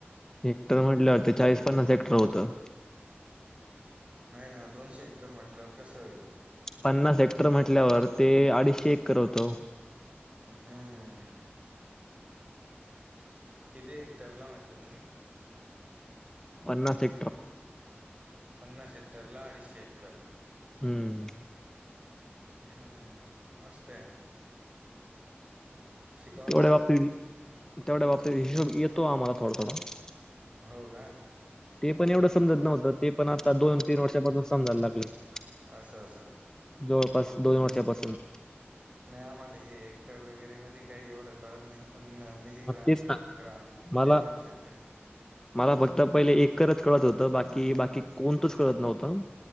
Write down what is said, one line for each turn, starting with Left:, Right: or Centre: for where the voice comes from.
Left: हेक्टर म्हंटल्यावर ते चाळीस पन्नास हेक्टर होतं.
Right: नाही ना दोनशे हेक्टर म्हंटल्यावर कसं होईल?
Left: पन्नास हेक्टर म्हटल्यावर ते अडीचशे एकर होतं ओ.
Right: हम्म किती हेक्टरला म्हंटले तुम्ही?
Left: पन्नास हेक्टर.
Right: पन्नास हेक्टरला अडीचशे एक्कर.
Left: हम्म.
Right: हम्म, मस्त हाय हा. शिकावं
Left: तेवढ्या
Right: लागलं
Left: बाबतीत
Right: हि.
Left: तेवढ्या बाबतीत हिशोब येतो आम्हाला थोडा, थोडा.
Right: हो का?
Left: ते पण एवढं समजत नव्हतं, ते पण आता दोन तीन वर्षापासून समजायला लागलंय.
Right: असं, असं.
Left: जवळपास दोन वर्षापासून
Right: नाही आम्हाला हे हेक्टर वगैरेमध्ये काही एवढं कळत नाही. पण मिलीग्राम
Left: मग तेच ना
Right: ग्राम
Left: मला
Right: ते समजू शकतं.
Left: मला फक्त पहिले एककरच कळत होतं, बाकी बाकी कोणतंच कळत नव्हतं.